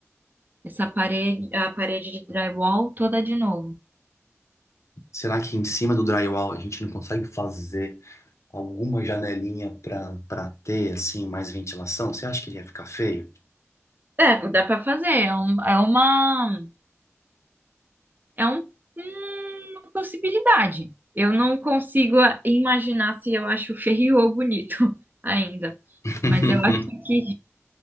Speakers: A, on the right; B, on the left.
A: Essa parede, a parede de drywall toda de novo.
B: Será que em cima do drywall a gente não consegue fazer alguma janelinha para para ter assim mais ventilação? Você acha que ele ia ficar feio?
A: É, dá para fazer, é, um- é uma, é um, hum, uma possibilidade. Eu não consigo a- imaginar se eu acho feio ou bonito <laughs> ainda,
B: <laughs>
A: mas eu acho que,